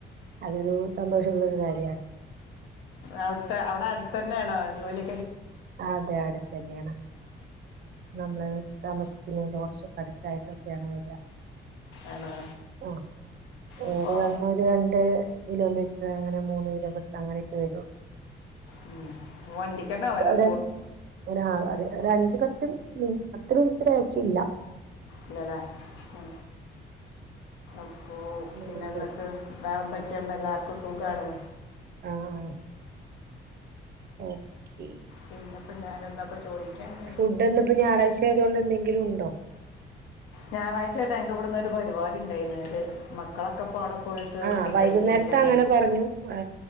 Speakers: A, on the right; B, on the left.
A: അതൊരു സന്തോഷമുള്ളൊരു കാര്യമാണ്
B: അവിടുത്തെ അവിടെ അടുത്തന്നെയാണോ ജോലി
A: അതെ അടെ തന്നെയാണ് നമ്മള് താമസിക്കുന്നതിന്റെ കൊറച്ച് അടുത്തായിട്ടൊക്കെയാണ് വരിക
B: ആണോ
A: ആ
B: അപ്പോൾ
A: ഏറി വന്നാൽ ഒരു രണ്ട് കിലോമീറ്റർ അപ്പൊ അങ്ങനെ മൂന്ന് ഇടവിട്ട് അങ്ങനെയൊക്കെ വരുവൊള്ളൂ
B: ഉം വണ്ടിക്ക് തന്നെ ആവല്ലോ
A: ഒ
B: അപ്പോ
A: അതെ ഒരു അഞ്ച പത്ത് മി അത്ര ഓന്ക്ക് തെയച്ചില്ല
B: ഇല്ലല്ലേ ആ മ്മ് പിന്നെ
A: അങ്ങനെ
B: എന്നിട്ട്
A: പോയി.
B: വേറെ എന്തൊക്കെയുണ്ട് എല്ലാർക്കും സുഖം സുഖണ്
A: ആ ആ ഓക്കെ
B: പിന്നെന്താ പ്പോ ഞാനെന്താപ്പോ ചോദിക്കാന്
A: ഫുഡ് ഇന്നിപ്പോ ഞായറാഴ്ച ആയതുകൊണ്ട് എന്തെങ്കിലും ഉണ്ടോ
B: ഞായറാഴ്ചായിട്ട് ഞങ്ങൾക്ക് ഇവിടെ ഇന്നൊരു ഒരു പരിപാടി ഉണ്ടായീന് ഒര് മക്കളൊക്കെ ഇപ്പോൾ അവിടെ പോയിട്ട്
A: ആ
B: ഫുഡ്
A: വൈകുന്നേരത്തെ
B: കഴിച്ച് പോകുന്നു
A: അങ്ങനെ പറഞ്ഞു ആ